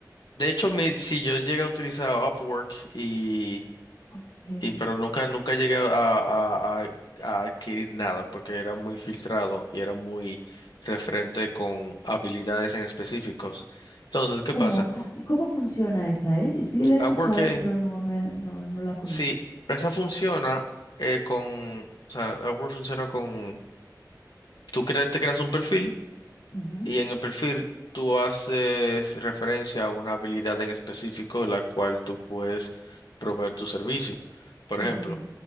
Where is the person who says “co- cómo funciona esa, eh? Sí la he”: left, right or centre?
Left